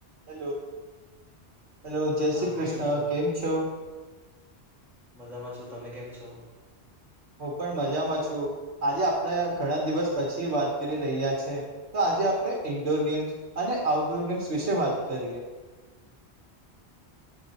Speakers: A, on the right (about 80°); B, in the centre.
A: હેલો હેલો જય
B: હા
A: શ્રી કૃષ્ણ
B: છો
A: કેમ છો.
B: મજામાં છું તમે કેમ છો.
A: હું પણ મજામાં છું આજે આપડ ઘણા દિવસ પછી વાત કરી રહ્યા છે. તો આજે આપડણે ઇન્ડોર ગેમ્સ અને આઉટડોર ગેમ્સ વિશે વાત કરીએ. <inaudible>